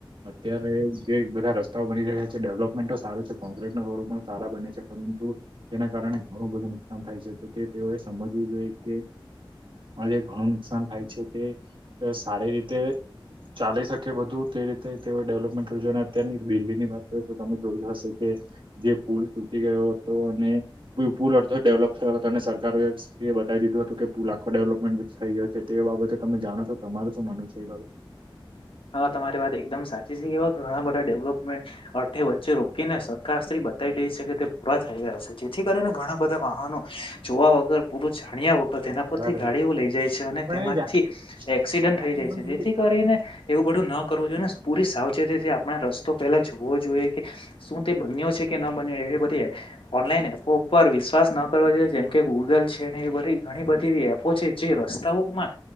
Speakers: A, on the right; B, on the left.
A: અત્યારે જે બધા રસ્તાઓ બની રહ્યા છે. ડેવલપમેન્ટ તો સારું છે કોન્ક્રીટ ના રોડો પણ સારા બને છે પરંતુ તેના કારણે ઘણું બધું નુકસાન થાય છે. તે તેઓએ સમજવું જોઈ કે આજે ઘણું નુકસાન થાય છે તે તે સારી રીતે ચાલી શકે બધું તે રીતે તેઓ ડેવલપમેન્ટ <unintelligible> અને અત્યારની દિલ્હી ની વાત કરુ તો તમે જોયું હશે કે જે પુલ તૂટી ગયો હતો અને પુલ અડધો ડેવલોપ થયો હતો અને સરકારો એ બતાવી દીધું હતું કે પુલ આખો ડેવલપમેન્ટ થઈ ગયો છે, તે બાબતે તમે જાણો છો? તમારુ શું માનવુ છે, એ બાબત?
B: હા તમારી વાત એકદમ સાચી છે, કે એવા ઘણા બધા ડેવલપમેન્ટ અડધે વ વચ્ચે રોકીને સરકારશ્રી બતાવી દે છે, કે તે પૂરા થઈ રહયા છે, જેથી કરીને ઘણા બધા વાહનો જો વા વગર પૂરુ જા તેના પરથી
A: યાર
B: ગાડીઓ
A: એવા.
B: લઈ જાય છે અને
A: પણ
B: તેમાંથી
A: એ જા-
B: એક્સિડન્ટ
A: એ જાતે
B: થઈ જાય
A: જ બંધ
B: છે, જેથી
A: જશે જાણવાની
B: કરીને એવું બધું ન કરવું જોઈએ ને પૂરી સાવચેતીથી આપણે રસ્તો પહેલા જોવો જોઈએ કે શું તે બન્યો છે કે કે ન બન્યો એવી બધી ઓનલાઈન એપો પર વિશ્વાસ ન કરવો જોઈએ જેમ કે ગૂગલ છે, ને એ બધી ઘણી બધી એવી એપો છે, જે રસ્તાઓમાં